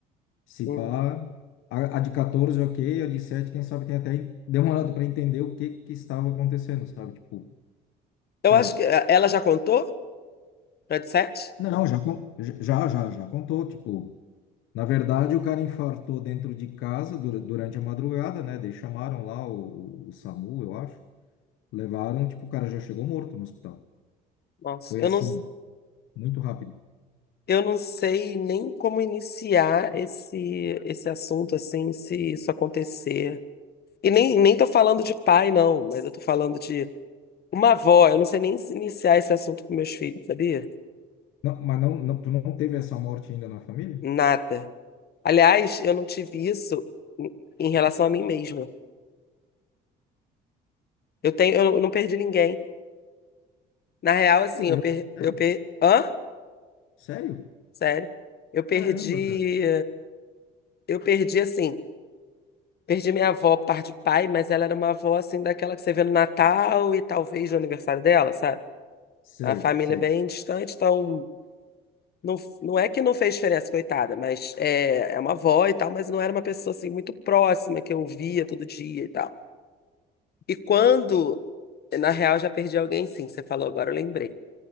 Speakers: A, on the left (about 70°); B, on the left (about 50°).
A: Se
B: Hum.
A: pá, a, a de 14, ok, a de 7 quem sabe tem até demorado para entender o que que estava acontecendo, sabe? Tipo,
B: Eu
A: sei
B: acho
A: lá.
B: que eh, ela já contou pra 17?
A: Não, já, con- já, já, já contou, tipo, na verdade o cara infartou dentro de casa dura- durante a madrugada, né, daí chamaram lá o, o, o SAMU, eu acho, levaram, tipo, o cara já chegou morto no hospital.
B: Nossa,
A: Foi
B: eu
A: assim,
B: não,
A: muito rápido.
B: eu não sei nem como iniciar esse, esse assunto, assim, se isso acontecer. E nem, nem tô falando de pai, não, mas eu tô falando de uma avó. Eu não sei nem se iniciar esse assunto com meus filhos, sabia?
A: Não, mas não, não, tu não teve essa morte ainda na família?
B: Nada. Aliás, eu não tive isso em em relação a mim mesma. Eu tenho, eu não perdi ninguém. Na real, assim,
A: Meu Deus,
B: eu per,
A: sério?
B: eu per, hã?
A: Sério?
B: Sério? Eu perdi,
A: Caramba, cara.
B: eu perdi assim, perdi minha avó por parte de pai, mas ela era uma avó assim daquela que você vê no Natal e talvez no aniversário dela, sabe?
A: Sei,
B: A família
A: sei.
B: é bem distante, então não, não é que não fez diferença, coitada, mas é, é uma avó e tal, mas não era uma pessoa assim muito próxima que eu via todo dia e tal. E quando Na real, já perdi alguém, sim. Você falou agora, eu lembrei.